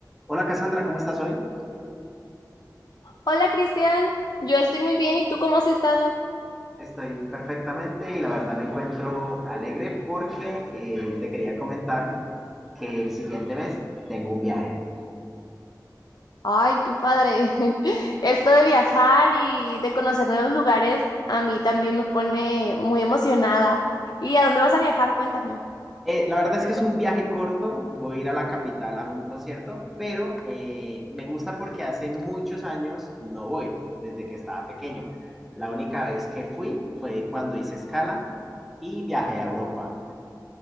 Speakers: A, in the centre; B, on the left.
A: Hola Cassandra, ¿cómo estás hoy?
B: Hola Cristian, yo estoy muy bien, ¿y tú cómo has estado?
A: Estoy perfectamente y la verdad me encuentro alegre porque eh, te quería comentar que el siguiente mes tengo un viaje.
B: Ay, qué padre. <laughs> Esto de viajar y de conocer nuevos lugares a mí también me pone muy emocionada. ¿Y a dónde vas a viajar? Cuéntame.
A: Eh, la verdad es que es un viaje corto, voy a ir a la capital a un concierto, pero eh, me gusta porque hace muchos años no voy, desde que estaba pequeño. La única vez que fui fue cuando hice escala y viajé a Europa.